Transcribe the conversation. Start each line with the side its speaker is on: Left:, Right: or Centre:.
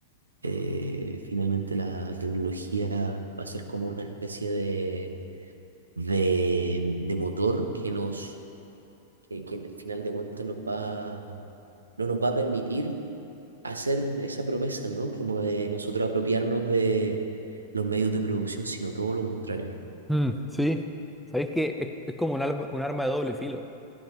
Right: Eh, finalmente la tecnología va a ser como una especie de, de, de motor que nos, que, que al final de cuentas nos va, no nos va a permitir hacer esa promesa, ¿no? Como de nosotros apropiarnos de los medios de producción, sino todo lo contrario.
Centre: Mm, sí, sabéis que es, es como un arma, un arma de doble filo,